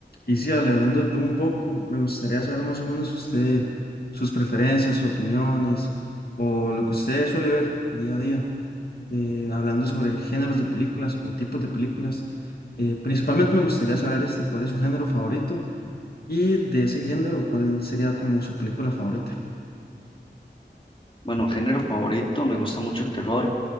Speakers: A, on the left; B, on the left.
A: Y sí, Ale, hablando de todo un poco, me gustaría saber más o menos usted, sus preferencias, sus opiniones, o lo que usted suele ver día a día, eh, hablando sobre géneros de películas o tipos de películas. Eh, principalmente me gustaría saber este, cuál es su género favorito y de ese género, cuál sería como su película favorita.
B: Bueno, género favorito, me gusta mucho el terror.